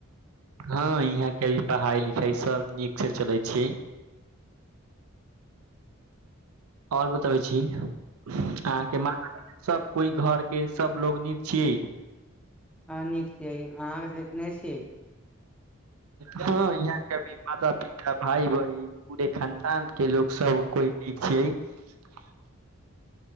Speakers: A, on the right (about 90°); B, in the centre.
A: हँ इहाँ के पढ़ाई लिखाई सब नीक से चलै छीयै आओर बतबै छी अहाँके माँ सब कोई घर के सब लोग नीक छियै
B: हँ नीक छियै अहाँके नहि छियै
A: हँ यहाँके भी माता पिता भाय बहिन पूरे खानदान के लोग सब कोइ न छैयै ससीिया <unintelligible>